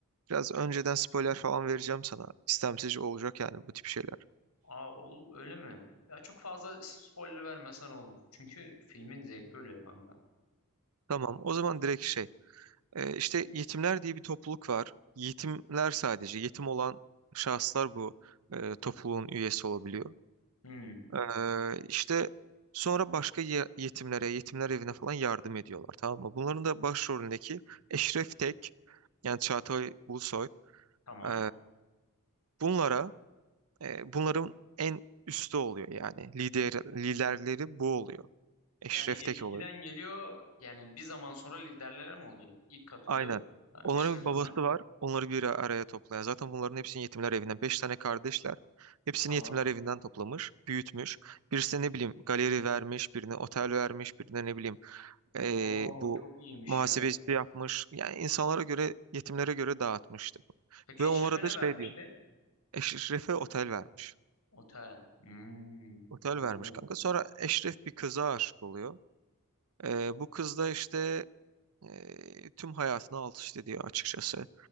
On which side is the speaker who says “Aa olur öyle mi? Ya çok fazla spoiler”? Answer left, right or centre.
Left